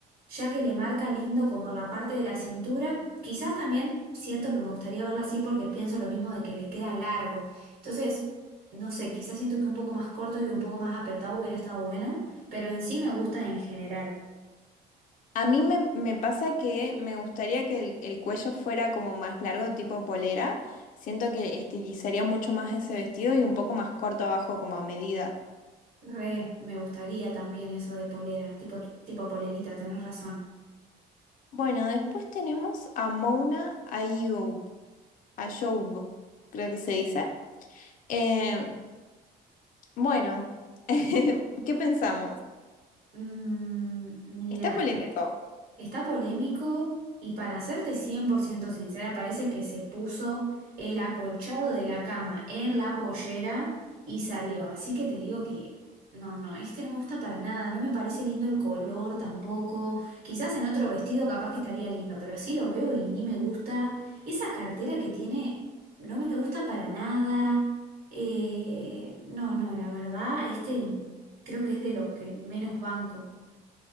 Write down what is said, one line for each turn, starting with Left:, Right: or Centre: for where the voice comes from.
Right: ya que le marca lindo como la parte de la cintura. Quizás también siento que me gustaría verla así porque pienso lo mismo de que le queda largo. Entonces, no sé, quizás siento que un poco más corto y un poco más apretado hubiera estado bueno. Pero en sí me gusta en general.
Left: A mí me, me pasa que me gustaría que el, el cuello fuera como más largo, tipo polera, siento que estilizaría mucho más ese vestido y un poco más corto abajo como a medida.
Right: Re, me gustaría también eso de polera, tipo, tipo polerita, tenés razón.
Left: Bueno, después tenemos a Mona Ayoub, Ayoub, creo que se dice. Eh, bueno, <laughs> ¿qué pensamos?
Right: Mm, mira.
Left: Está polémico.
Right: Está polémico y para serte 100% sincera, parece que se puso el acolchado de la cama en la pollera y salió. Así que te digo que no, no, este no me gusta para nada, no me parece lindo el color tampoco. Quizás en otro vestido capaz que estaría lindo, pero así lo veo y ni me gusta. Esa cartera que tiene no me gusta para nada. Eh, no, no, la verdad, este creo que es de los que menos banco.